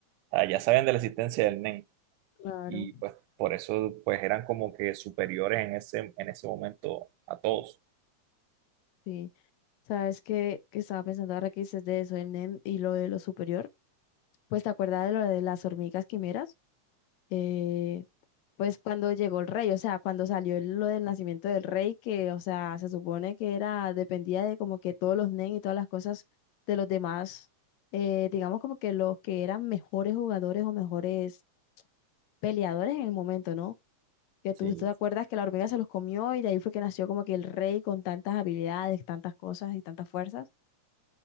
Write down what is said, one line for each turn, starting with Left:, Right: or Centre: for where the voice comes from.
Right: o sea, ya sabían de la existencia del Nen
Left: claro,
Right: y pues por eso pues eran como que superiores en ese, en ese momento a todos.
Left: sí. Sabes que, que estaba pensando ahora que dices de eso, el NEM y lo de lo superior. Pues te acuerdas de lo de las hormigas quimeras, Eh, pues cuando llegó el rey, o sea, cuando salió el- lo del nacimiento del rey, que, o sea, se supone que era, dependía de como que todos los NEM y todas las cosas de los demás, eh, digamos como que los que eran mejores jugadores o mejores peleadores en el momento, ¿no? que
Right: Sí,
Left: tú te acuerdas que la hormiga se los comió y de ahí fue que nació como que el rey con tantas habilidades, tantas cosas y tantas fuerzas.